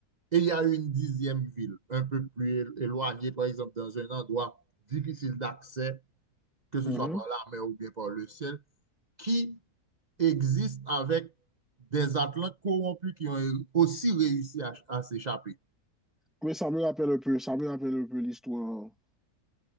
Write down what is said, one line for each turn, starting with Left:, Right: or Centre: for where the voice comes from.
Right: et il y a une dixième ville, un peu plus éloignée, par exemple, dans un endroit difficile d'accès, que ce
Centre: mhm.
Right: soit par la mer ou bien par le ciel, qui existe avec des Atlantes corrompus qui ont aussi réussi à, à s'échapper.
Centre: Oui, ça me rappelle un peu, ça me rappelle un peu l'histoire.